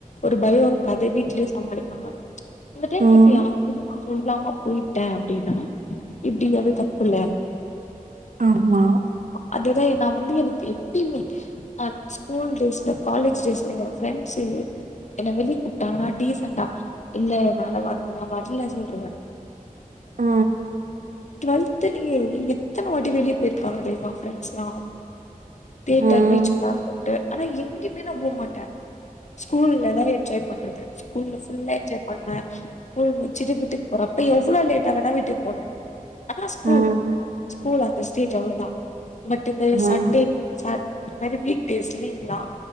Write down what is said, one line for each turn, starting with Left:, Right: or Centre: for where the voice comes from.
Left: ஒரு பயோ இருக்கு அதே வீட்லயே சமாளிப்பாங்க இந்த டைம்ல
Right: ம்.
Left: இப்ப யாருகிட்டயு நா சொல்லாம போய்ட்டே அப்டின்னா எப்டி அது தப்புல
Right: ஆமா
Left: அதுதா நா வந்து எனக்கு எப்பயுமே அ ஸ்கூல் டேஸ்ல காலேஜ் டேஸ்ல எ ஃப்ரெண்ட்ஸு <unintelligible> என வெளிய கூப்ட்டாங்கனா டீசண்டா இல்ல என்னால வர் நா வர்ல சொல்றுவே
Right: ஆ
Left: டுவல்துலயே எத்தன வாட்டி வெளிய போய்ருக்காங்க தெரிமா ஃப்ரண்ஸ்லா தேட்டர்
Right: ம்,
Left: பீச் பார்க்குன்டு ஆனா எங்கயுமே நா போகமாட்டே ஸ்கூல்ல தா என்ஜாய் பண்றது ஸ்கூல்ல ஃபுல்லா என்ஜாய் பண்ணுவே ஸ்கூல் முச்சுட்டு வீட்டுக்கு போறப்ப எவளோ லேட்டா வேனா வீட்டுக்கு போவே அதா ஸ்கூல்
Right: ம்,
Left: ஸ்கூல் அந்த ஸ்டேஜ் அவ்ளோதா பட் இந்த
Right: ம்,
Left: சண்டே சாட் இந்த மாரி வீக் டேஸ் லீவ்லா